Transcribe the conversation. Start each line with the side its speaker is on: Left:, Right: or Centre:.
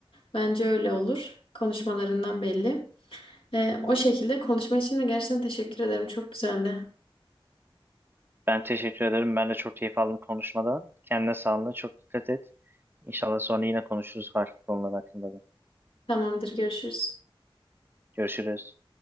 Left: Bence öyle olur. Konuşmalarından belli. Ee, o şekilde konuşma için de gerçekten teşekkür ederim. Çok güzeldi.
Right: Ben teşekkür ederim. Ben de çok keyif aldım konuşmada. Kendine sağlığına çok dikkat et. İnşallah sonra yine konuşuruz farklı konular hakkında da.
Left: Tamamdır, görüşürüz.
Right: Görüşürüz.